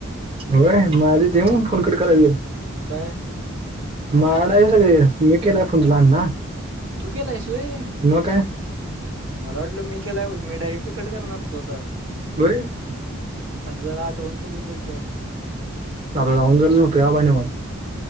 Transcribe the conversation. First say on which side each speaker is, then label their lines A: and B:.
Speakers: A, on the right; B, on the right.
A: होय म आधी देऊ फोन कट करायच.
B: काय
A: माडा आहे सगळे मी केलाय फोन त अण्णा.
B: तू केलायस होय!
A: मग काय.
B: मला वाटलं मी केलाय बग मी डायरेक्टली कट करणार होतो आता.
A: <unintelligible>
B: असं जरा आठवण करून देत जा.
A: आता जाऊन जर झोप्या बग निवांत.